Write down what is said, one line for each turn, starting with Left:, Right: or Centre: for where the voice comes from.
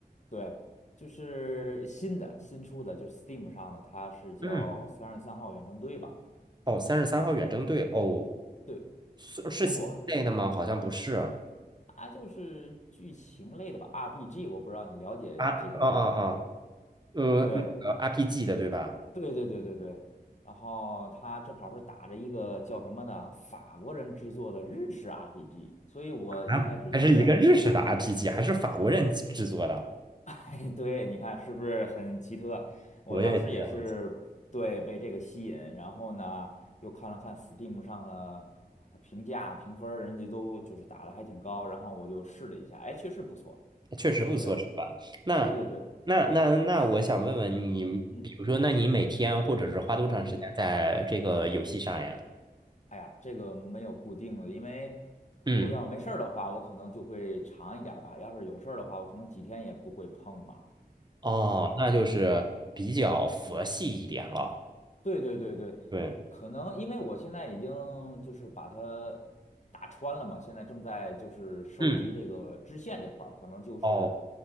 Left: 对，就是新的新出的，就是 Steam 上的，它是叫《三十三号远征队》吧？
Right: 嗯，哦，三十三号远征队。哦，
Left: 对，
Right: 是是新类的吗？
Left: 挺火的，
Right: 好像不是。
Left: 它就是剧情类的吧，RPG，我不知道你了解这个类型吗？
Right: 啊，哦哦哦，呃，
Left: 对。
Right: 那个 RPG 的对吧？
Left: 对对对对对，然后他正好是打着一个叫什么呢，法国人制作的日式 RPG，所以我一开始觉得，
Right: 啊，还是一个日式的
Left: 对，
Right: RPG，还是法国人制作的？
Left: <laughs> 哎，对，你看是不是很奇特？我当时也是对被这个吸引，
Right: 我也觉得很。
Left: 然后呢又看了看 Steam 上的呃评价评分儿人家都就是打的还挺高，然后我就试了一下，哎，确实不错。
Right: 确实不错，
Left: 对，
Right: 是吧？那那那那，
Left: 对对对，
Right: 我想问问你，
Left: 嗯。
Right: 比如说，那你每天或者是花多长时间在这个游戏上呀？
Left: 嗯。哎呀，这个没有固定的，因为
Right: 嗯，
Left: 如果要是没事儿的话，我可能就会长一点儿吧；要是有事儿的话，我可能几天也不会碰吧。
Right: 哦，
Left: 对，
Right: 那就是比较佛系一点了。
Left: 对对对对，
Right: 对，
Left: 可能因为我现在已经就是把它打穿了嘛，现在正在就是收集这个支线这块儿，
Right: 嗯，
Left: 可能就是
Right: 哦，